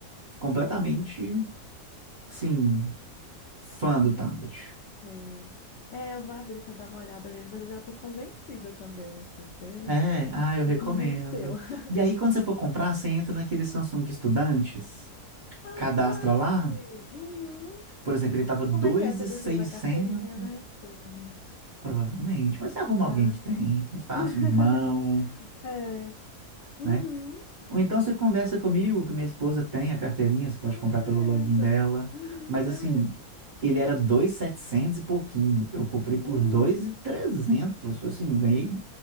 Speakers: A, on the right (about 40°); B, on the left (about 70°).
A: completamente, assim. Fã do tablet.
B: É. É, eu vou abrir pra dar uma olhada nele, mas eu já tô convencida também, assim, você
A: É, ah, eu recomendo.
B: me convenceu. <laughs>
A: E aí, quando você for comprar, você entra naquele Samsung Estudantes,
B: Ah,
A: cadastra
B: verdade.
A: lá.
B: Uhum.
A: Por exemplo, ele tava 2.600,
B: Como é que é? Você precisa da carteirinha, né? Provavelmente.
A: provavelmente. Mas você arruma
B: Ah,
A: alguém que tem,
B: tá.
A: é fácil,
B: <laughs>
A: um irmão,
B: É. Uhum.
A: né? Ou então você conversa comigo, que minha esposa tem a carteirinha, você pode
B: Ah,
A: comprar
B: beleza.
A: pelo login dela.
B: Uhum,
A: Mas
B: beleza.
A: assim, ele era 2.700 e setecentos e pouquinho. Eu comprei por
B: Hum,
A: 2.300, assim, ganhei,